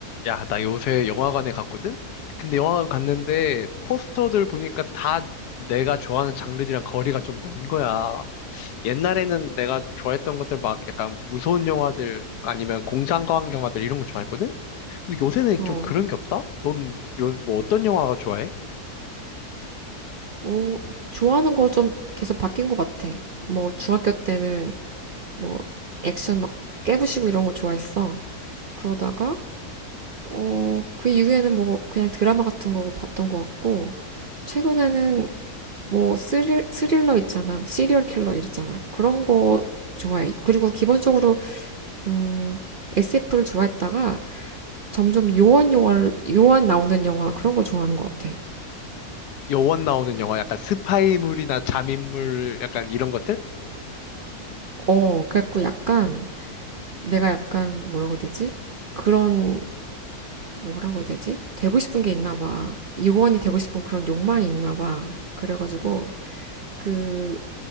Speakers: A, on the left; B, on the right.
A: 야, 나 요새 영화관에 갔거든? 근데 영화관 갔는데 포스터들 보니까 다 내가 좋아하는 장르들이랑 거리가 좀 먼 거야. 옛날에는 내가 좋아했던 것들 막 약간 무서운 영화들 아니면 공상과학 영화들 이런 거 좋아했거든? 근데 요새는
B: 어,
A: 좀 그런 게 없다? 넌 요, 뭐 어떤 영화가 좋아해?
B: 어, 좋아하는 거 좀 계속 바뀐 것 같아. 뭐, 중학교 때는 뭐, 액션 막 깨부시고 이런 거 좋아했어. 그러다가, 어, 그 이후에는 뭐, 그냥 드라마 같은 거 봤던 것 같고, 최근에는 뭐, 스릴, 스릴러 있잖아. 뭐 시리얼 킬러 이랬잖아. 그런 거 좋아해. 그리고 기본적으로, 음, SF를 좋아했다가 점점 요한 영화를, 요한 나오는 영화 그런 거 좋아하는 것 같아.
A: 여원 나오는 영화, 약간 스파이물이나 잠입물 약간 이런 것들?
B: 어, 그래갖고 약간 내가 약간 뭐라고 해야 되지? 그런 뭐라고 해야 되지? 되고 싶은 게 있나 봐. 요원이 되고 싶은 그런 욕망이 있나 봐. 그래가지고 그